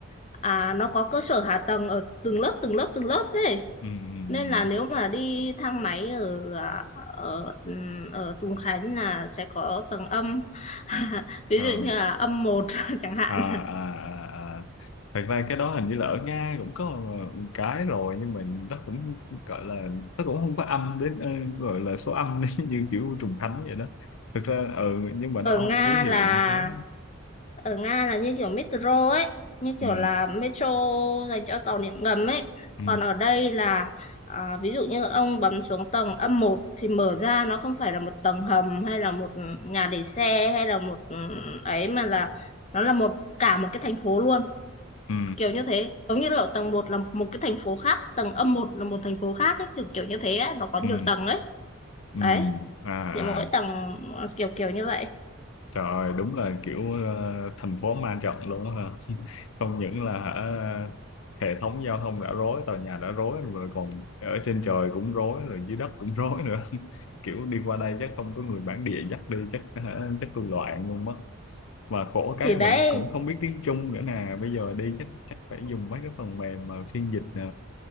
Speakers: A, on the left; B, on the left.
A: à, nó có cơ sở hạ tầng ở từng lớp từng lớp từng lớp ấy.
B: Ừ. Ừ.
A: nên là nếu mà đi thang máy ở à, ở ở Trùng Khánh là sẽ có tầng âm <laughs> ví
B: ừ. Ờ.
A: dụ như là âm một <laughs> chẳng hạn
B: À, à, à, à. Thật ra cái đó hình như là ở Nga cũng có một cái rồi nhưng mà nó cũng gọi là nó cũng không có âm đến ờ, gọi là số âm <laughs> như kiểu trùng thánh vậy đó. Thực ra ừ nhưng mà
A: ở
B: nó
A: Nga
B: không ký hiệu
A: là
B: như thế.
A: ở Nga là như kiểu metro ấy như
B: Ừ.
A: kiểu là metro dành cho tàu điện ngầm ấy
B: Ừ.
A: còn ở đây là à, ví dụ như ông bấm xuống tầng âm một thì mở ra nó không phải là một tầng hầm hay là một nhà để xe hay là một ừ, ấy mà là nó là một cả một cái thành phố luôn
B: Ừ.
A: kiểu như thế giống như là tầng một là một cái thành phố khác tầng âm một là một thành phố khác ấy, kiểu kiểu như thế ấy. nó có
B: Ừ.
A: nhiều tầng ấy
B: Ừ.
A: đấy
B: À,
A: thì mỗi
B: à.
A: tầng ờ, kiểu kiểu như vậy
B: Trời ơi, đúng là kiểu ờ, thành phố ma trận luôn á ha. không những là hả, hệ thống giao thông đã rối tòa nhà đã rối rồi còn ở trên trời cũng rối rồi dưới đất cũng rối nữa <laughs> kiểu đi qua đây chắc không có người bản địa dắt đi chắc hả, chắc tôi loạn luôn mất mà khổ cái
A: thì đấy
B: mình cũng không biết tiếng Trung nữa nè bây giờ đi chắc chắc phải dùng mấy cái phần mềm mà phiên dịch ờ,